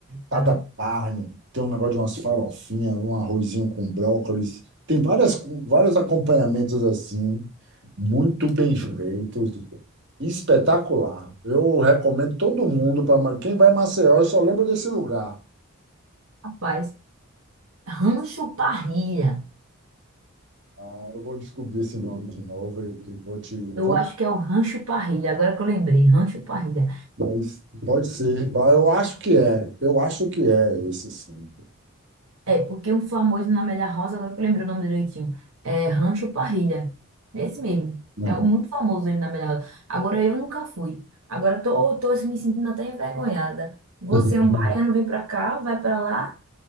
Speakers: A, on the right; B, on the right.
A: cada
B: Não.
A: carne, tem um negócio de umas farofinhas, um arrozinho com brócolis. Tem várias, vários acompanhamentos assim, muito bem feitos, espetacular. Eu recomendo todo mundo para quem vai em Maceió, e só lembra desse lugar.
B: Rapaz, rancho parrilha.
A: Ah, eu vou descobrir esse nome de novo e, e vou te
B: Eu
A: contar.
B: acho que é o rancho parrilha, agora que eu lembrei, rancho parrilha.
A: Mas pode ser, Ah, eu acho que é, eu acho que é esse sim.
B: É, porque um famoso na Amélia House, agora que eu lembrei o nome direitinho, é Rancho Parrilha. Esse mesmo.
A: É.
B: É um- muito famoso ele na Amélia House. Agora eu nunca fui. Agora tô, tô assim, me sentindo até envergonhada. Você,
A: <laughs>
B: é um baiano, vem pra cá, vai pra lá,